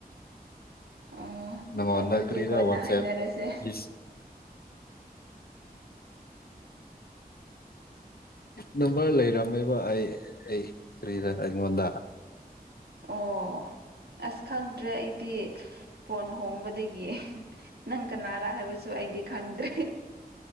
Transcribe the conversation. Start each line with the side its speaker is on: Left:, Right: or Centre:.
Right: ꯑꯣ
Left: ꯅꯪꯉꯣꯟꯗ
Right: ꯑꯗꯨꯗꯤ
Left: ꯀꯔꯤꯔ
Right: ꯀꯣꯟꯅ
Left: ꯋꯥꯆꯦꯞ
Right: ꯍꯥꯏꯅꯔꯁꯦ
Left: ꯍꯤꯁ
Right: <unintelligible> <unintelligible>
Left: ꯅꯝꯕꯔ ꯂꯩꯔꯝꯃꯦꯕ ꯑꯩ ꯑꯩ ꯀꯔꯤꯗ ꯑꯩꯉꯣꯟꯗ
Right: ꯑꯣ ꯑꯁ ꯈꯪꯗ꯭ꯔꯦ ꯑꯩꯗꯤ ꯐꯣꯟ ꯍꯣꯡꯕꯗꯒꯤ ꯅꯪ ꯀꯅꯥꯔꯥ ꯍꯥꯏꯕꯁꯨ ꯑꯩꯗꯤ ꯈꯪꯗ꯭ꯔꯦ